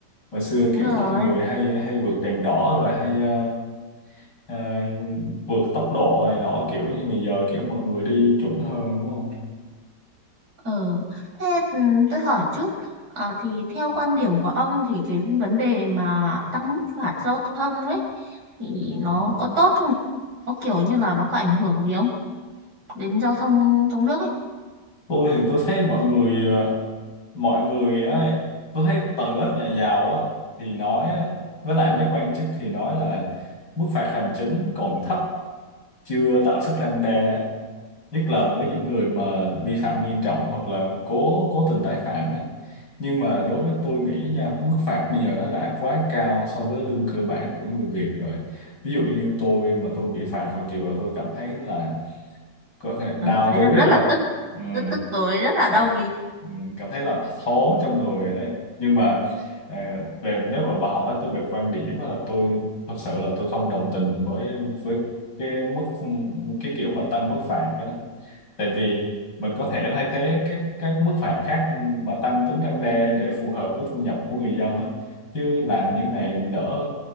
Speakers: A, on the left; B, on the right.
A: hồi xưa kiểu
B: <laughs> đúng rồi
A: mọi người hay hay vượt đèn đỏ rồi hay ờ, ờ, vượt tốc độ này nọ kiểu như bây giờ kiểu mọi người đi chuẩn hơn đúng không
B: ừ. thế ừ, tôi hỏi chút à, thì theo quan điểm của ông thì cái vấn đề mà tăng mức phạt giao thông ấy thì nó
A: ừ.
B: có tốt không nó kiểu như là nó có ảnh hưởng gì không đến giao thông trong nước ấy
A: tôi thì tôi thấy mọi người ờ, mọi người á tôi thấy tầng lớp nhà giàu á thì nói á với lại mấy quan chức thì nói là mức phạt hành chính còn thấp chưa tạo sức răn đe á. nhất là với những người mà vi phạm nghiêm trọng hoặc là cố cố tình tái phạm ấy. Nhưng mà đối với tôi nghĩ nha, mức phạt bây giờ nó đã quá cao so với lương cơ bản của người Việt rồi. Ví dụ như tôi mà tôi bị phạt hồi chiều đó tôi cảm thấy là có thể đau
B: à, thấy
A: túi
B: là rất
A: rồi đó.
B: là tức
A: Ừ
B: rất tức tối rất là
A: cảm
B: đau ví
A: ừ, cảm thấy là thốn trong người rồi đấy nhưng mà ờ, về nếu mà bà hỏi tôi về quan điểm á là tôi thật sự là tôi không đồng tình với với cái mức cái kiểu mà tăng mức phạt đó, đó. tại vì mình có thể thay thế các các mức phạt khác mà tăng tính răn đe để phù hợp với thu nhập của người dân á chứ làm như này lỡ